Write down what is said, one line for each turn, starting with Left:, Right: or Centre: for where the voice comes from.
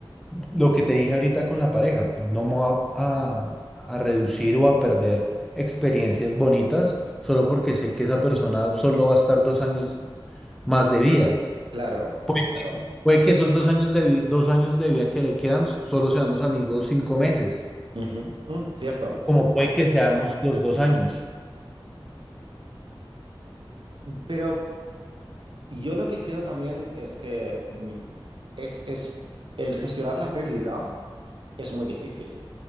Centre: lo que te dije ahorita con la pareja, no me voy a, a- a reducir o a perder experiencias bonitas solo porque sé que esa persona solo va a estar dos años más de vida.
Right: Claro,
Centre: Puede,
Right: claro.
Centre: puede que esos dos años de, vi- dos años de vida que le quedan solo seamos amigos cinco meses,
Right: Ujú, mm, cierto.
Centre: como puede que seamos los dos años.
Right: Pero Yo lo que creo también es que mm, es, es el gestionar la pérdida es muy difícil.